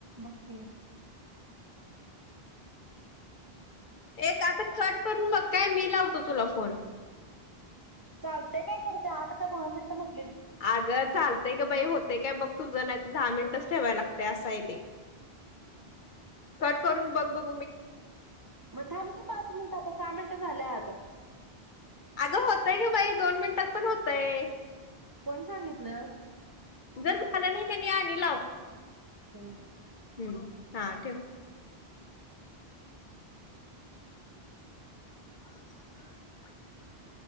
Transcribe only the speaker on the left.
एक आत कट करून बघकाय मी लावतो तुला फोन.
अगं चालतय ग बाई होते काय बघ तुझ नाही. दहा मिन्टच ठेवायलागतय असाय ते कट करून बग बगु.
अगं होतय ग बाई दोन मिन्टात पण होतय.
जर झालं नई कीनई आणि लाव.
हम्म हां ठेव. <inaudible>